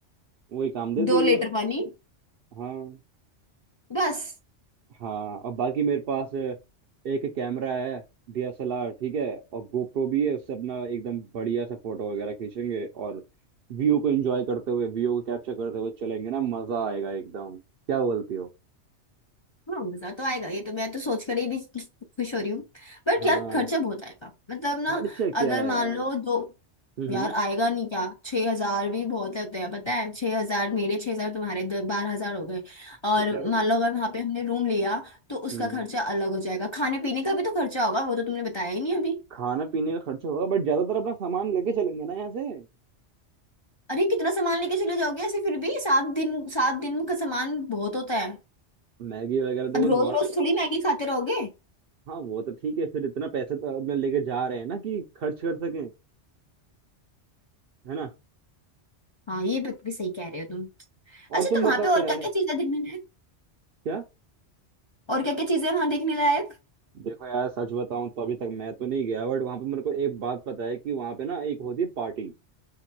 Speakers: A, on the right (about 60°); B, on the left (about 30°).
A: वही काम दे
B: दो
A: देगी
B: लीटर पानी
A: हाँ
B: बस
A: हाँ और बाकी मेरे पास एक कैमरा है डीएसएलआर ठीक है और गोप्रो भी है उससे अपना एकदम बढ़िया सा फोटो वगैरह खींचेंगे और व्यू को एंजॉय करते हुए व्यू को कैप्चर करते हुए चलेंगे ना मजा आएगा एकदम क्या बोलती हो
B: हाँ मजा तो आएगा ये तो मैं तो सोच कर ही भी खुश हो रही हूँ बट
A: हाँ
B: यार खर्चा बहुत आएगा मतलब ना
A: खर्चा क्या
B: अगर
A: है
B: मान
A: यार
B: लो दो
A: हम्म
B: यार आएगा नहीं क्या छह हजार भी बहुत होते हैं पता है छह हजार मेरे छह हजार तुम्हारे दस बारह हजार हो गए और
A: तो क्या हो
B: मान लो अगर वहां पे हमने रूम लिया तो उसका
A: गया
B: खर्चा अलग हो जाएगा खाने पीने का भी तो खर्चा होगा वो तो तुमने बताया ही नहीं अभी
A: खाना पीने का खर्चा होगा बट ज्यादातर अपना सामान लेके चलेंगे ना यहाँ से
B: अरे कितना सामान लेके चले जाओगे ऐसे फिर भी सात दिन सात दिन का सामान बहुत होता है
A: मैगी वगैरह
B: अब
A: देखो
B: रोज
A: नॉर्मल
B: रोज थोड़ी मैगी खाते रहोगे
A: हाँ वो तो ठीक है फिर इतना पैसे तो अपने लेके जा रहे हैं ना कि खर्च कर सकें है ना
B: हाँ ये बात भी सही कह रहे हो तुम। अच्छा
A: और तुम
B: तो
A: बताओ
B: वहां पे और
A: यार
B: क्या क्या चीजें देखने लायक
A: क्या
B: और क्या क्या चीजें हैं वहां देखने लायक
A: देखो यार सच बताऊं तो अभी तक मैं तो नहीं गया बट वहां पे मेरे को एक बात पता है कि वहां पे ना एक होती है पार्टी